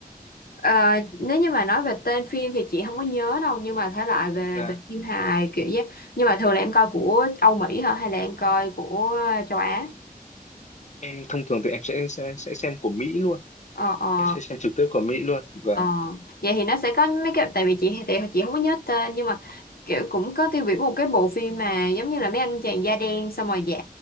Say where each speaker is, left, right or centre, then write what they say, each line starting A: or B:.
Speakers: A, on the left; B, on the left.
A: Ờ, nếu như mà nói về tên phim thì chị không có nhớ đâu, nhưng mà thể loại về
B: Dạ
A: về phim hài kiểu vậy. Nhưng mà thường là em coi của Âu Mỹ hả hay là em coi của ờ, châu Á?
B: em thông thường thì em sẽ sẽ, sẽ xem của Mỹ luôn
A: Ờ ờ.
B: em sẽ xem trực tiếp của Mỹ luôn và
A: Ờ, vậy thì nó sẽ có mấy cái tại vì chị thì chị không có nhớ tên nhưng mà kiểu cũng có tiêu biểu một cái bộ phim mà giống như là mấy anh chàng da đen xong rồi giả